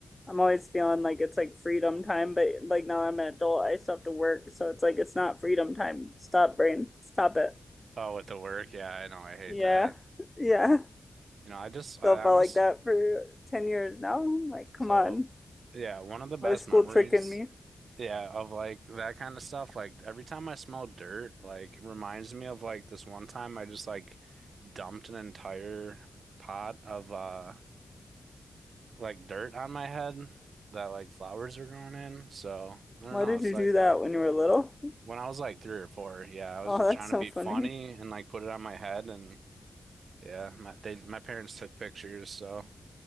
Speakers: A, on the left; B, on the right.
A: I'm always feeling like it's like freedom time, but like now that I'm an adult, I still have to work, so it's like it's not freedom time. Stop, brain. Stop it.
B: Oh, with the work. Yeah, I know. I hate
A: Yeah.
B: that.
A: <laughs> Yeah.
B: You know, I just, I
A: So I felt
B: honestly,
A: like that for 10 years now. Like, come
B: so
A: on.
B: yeah, one of the
A: Why
B: best
A: is school
B: memories,
A: tricking me?
B: yeah, of like that kind of stuff. Like every time I smell dirt, like it reminds me of like this one time I just like dumped an entire pot of uh like dirt on my head that like flowers are growing in. So I don't
A: Why
B: know.
A: did
B: It's
A: you
B: like,
A: do that when you were little?
B: When I was like three or four, yeah, I was
A: Oh, that's
B: just trying
A: so
B: to be
A: funny.
B: funny and like put it on my head, and yeah, my they my parents took pictures, so